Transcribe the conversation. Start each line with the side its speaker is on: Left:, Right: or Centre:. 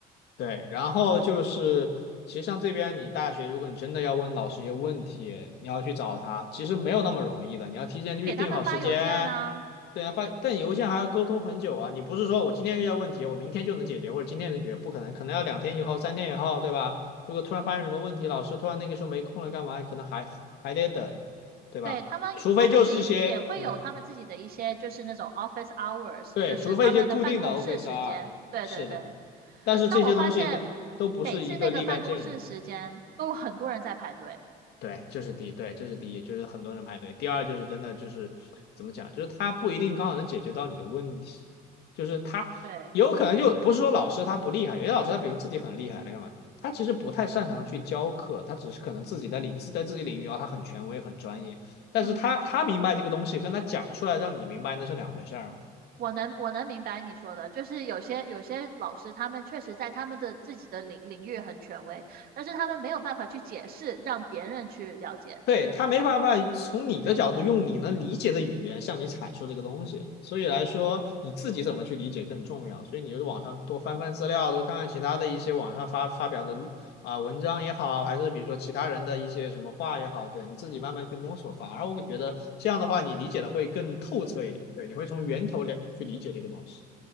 Left: 对，然后就是其实像这边你大学，如果你真的要问老师一些问题，你要去找他，其实没有那么容易的，你要提前预定好时间。
Right: 给他们发邮件啊，
Left: 对啊，发但邮件还要沟通很久啊，你不是说我今天遇到问题，我明天就能解决，或者今天能解决，不可能，可能要两天以后、三天以后，对吧？如果突然发生什么问题，老师突然那个时候没空了，干嘛？可能还还得等，对吧？
Right: 对，他们他们也也会有他们自己的一些就是那种
Left: 除非就是一些，嗯，
Right: office hours，
Left: 对，
Right: 就是他们的办公室时间，
Left: 除非一些固定的 Office R，
Right: 对对对。
Left: 是的，但是这些东西的都不是一个立竿见影。
Right: 但我发现每次那个办公室时间都有很多人在排队，
Left: 对，这是第一，对，这是第一，就是很多人排队。第二就是真的就是怎么讲，就是他不一定刚好能解决到你的问题，就是他有可能就不是说老师他不厉害，
Right: 对，
Left: 有些老师他比如自己很厉害，他干嘛？他其实不太擅长去教课，他只是可能自己的领在自己领域啊，他很权威很专业，但是他他明白这个东西，
Right: 嗯。
Left: 跟他讲出来让你明白那是两回事儿嘛。
Right: 我能我能明白你说的，就是有些有些老师他们确实在他们的自己的领领域很权威，但是他们没有办法去解释，让别人去了解。
Left: 对，他没办法从你的角度用你能理解的语言向你阐述这个东西，所以来说你自己怎么去理解更重要。所以你就是网上多翻翻资料，多看看其他的一些网上发发表的啊、呃文章也好，还是比如说其他人的一些什么话也好，对你自己慢慢去摸索。反而我会觉得这样的话，你理解的会更透彻一点。对，你会从源头了去理解这个东西。